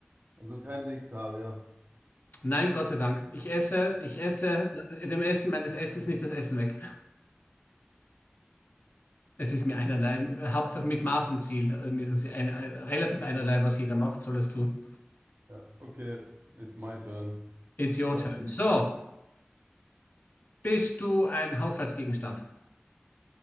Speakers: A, on the right (about 50°); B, on the left (about 50°).
A: Also kein Vegetarier.
B: Nein, Gott sei Dank. Ich esse, ich esse äh, dem Essen meines Essens nicht das Essen weg. Es ist mir einerlei. äh, Hauptsache mit Maß und Ziel. Äh, Mir ist es ja ein, ein, relativ einerlei, was jeder macht, soll es tun.
A: Ja, okay, it's my turn.
B: It's your
A: Martin.
B: turn. So, bist du ein Haushaltsgegenstand?